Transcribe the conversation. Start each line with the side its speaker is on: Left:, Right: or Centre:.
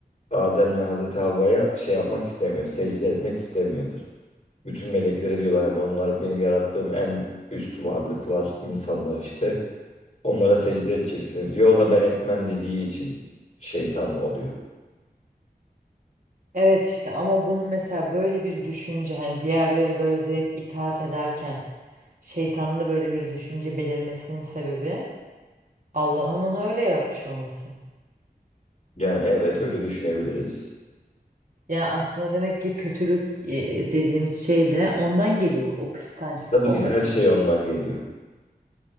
Left: Adem'le Hazreti Havva'ya şey yapmak istemiyor. Secde etmek istemiyorlar. Bütün meleklere diyorlar hani onlar benim yarattığım en üst varlıklar, insanlar işte. Onlara secde edeceksiniz diyor. O da ben etmem dediği için şeytan oluyor.
Right: Evet işte ama bunun mesela böyle bir düşünce hani diğerleri böyle direkt itaat ederken şeytanda böyle bir düşünce belirmesinin sebebi Allah'ın onu öyle yaratmış olması.
Left: Yani evet öyle düşünebiliriz.
Right: Ya aslında demek ki kötülük e, dediğimiz şey de ondan geliyor o kıskançlık,
Left: Tabii
Right: o
Left: ki
Right: haset.
Left: her şey ondan geliyor.